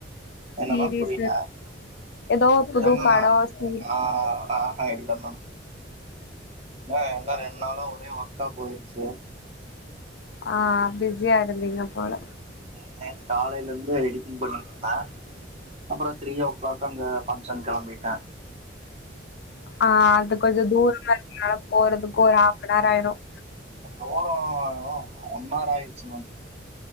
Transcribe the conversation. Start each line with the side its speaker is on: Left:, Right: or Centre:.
Right: என்ன
Left: சீரீஸ்
Right: மம் புரியல <unintelligible>
Left: ஏதோ புது படோ சீரி
Right: ஆஹ் ஹா இல்ல மேம் ஆ என்ன ரெண்டு நாளா ஒரே ஒர்க்கா போயிருச்சு
Left: ஆ பிஸியா இருந்திங்க போல
Right: நேத்து காலையில இருந்து எடிட்டிங் பண்ணிட்டு இருந்தேன் அப்பறம் த்ரீ ஓ கிளாக் அங்க பங்க்ஷன் கெளம்பிட்டேன்
Left: ஆ அது கொஞ்சோ தூரமா இருக்குனால போறதுக்கு ஒரு ஹாஃப் அன் ஆர் ஆயிரும்
Right: போறோம் ஒன்னார் ஆயிடுச்சு மேம்